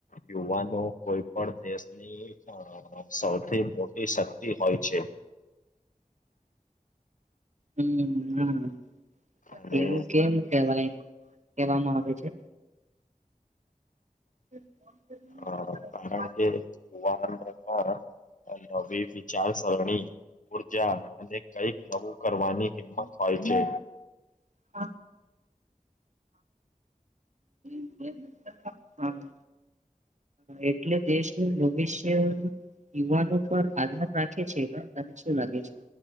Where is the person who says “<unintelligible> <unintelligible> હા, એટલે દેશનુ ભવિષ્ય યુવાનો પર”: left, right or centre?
Right